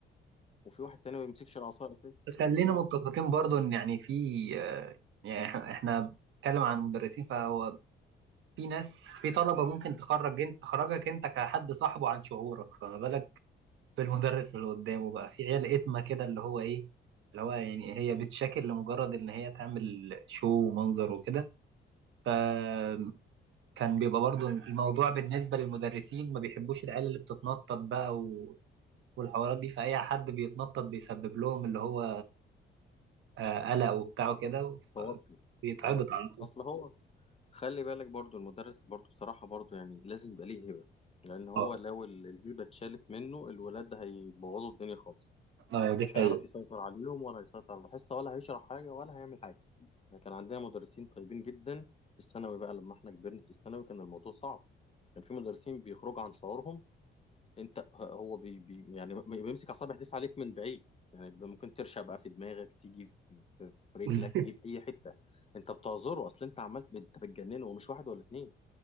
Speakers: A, on the left (about 30°); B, on the right (about 75°).
A: وفي واحد تاني ما بيمسكش العصاية اساسا
B: خلينا
A: مم.
B: متفقين برضو ان يعني في آه، يعني إح- احنا بنتكلم عن مدرسين فهو في ناس في طلبة ممكن تخرج إن- تخرجك انت كحد صاحبه عن شعورك فما بالك بالمدرس اللي قدامه بقى في عيال اتمة كده اللي هو ايه اللي هو يعني هي بتشاكل لمجرد ان هي تعمل شو ومنظر وكده فكان بيبقى برضو الموضوع بالنسبة للمدرسين ما بيحبوش العيال اللي بتتنطط بقى و... والحوارات دي فأي حد بيتنطط بيسبب لهم اللي هو آه، قلق وبتاع وكده
A: توتر
B: بيتعبط
A: توتر
B: على طول
A: اصل هو خلي بالك برضو المدرس برضو بصراحة برضو يعني لازم يبقى ليه هبة لأن هو
B: اه
A: لو ال- الهبة اتشالت منه الولاد ده هيبوظوا الدنيا خالص
B: اه دي
A: مش
B: حقيقة
A: هيعرف يسيطر عليهم ولا هيسيطر على الحصة ولا هيشرح حاجة ولا هيعمل حاجة احنا كان عندنا مدرسين طيبين جدا في الثانوي بقى لما احنا كبرنا في الثانوي كان الموضوع صعب كان في مدرسين بيخرجوا عن شعورهم انت ه- هو بي بي يعني م- بيمسك أعصاب يحدف عليك من بعيد يعني ب- ممكن ترشق بقى في دماغك تيجي في في- في رجلك
B: <laughs>
A: تيجي في أي حتة انت بتعذره اصل انت عملت انت بتجننه ومش واحد ولا اتنين